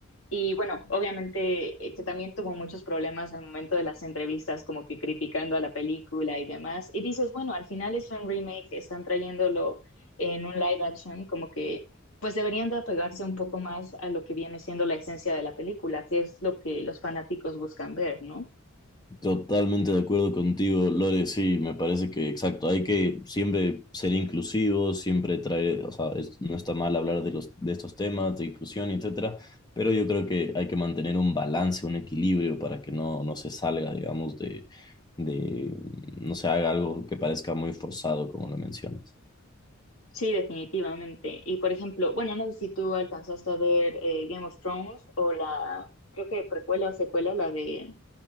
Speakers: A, on the left; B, on the left.
A: Y bueno, obviamente eh, que también tuvo muchos problemas al momento de las entrevistas, como que criticando a la película y demás. Y dices, bueno, al final es un remake, están trayéndolo en un live action, como que pues deberían de apegarse un poco más a lo que viene siendo la esencia de la película, que es lo que los fanáticos buscan ver, ¿no?
B: Totalmente de acuerdo contigo, Lore, sí, me parece que exacto, hay que siempre ser inclusivos, siempre traer, o sea, es- no está mal hablar de los, de estos temas, de inclusión, etcétera, pero yo creo que hay que mantener un balance, un equilibrio para que no, no se salga, digamos, de, de, no se haga algo que parezca muy forzado, como lo mencionas.
A: Sí, definitivamente. Y por ejemplo, bueno, no sé si tú alcanzaste a ver eh, Game of Thrones o la, creo que precuela o secuela, la de,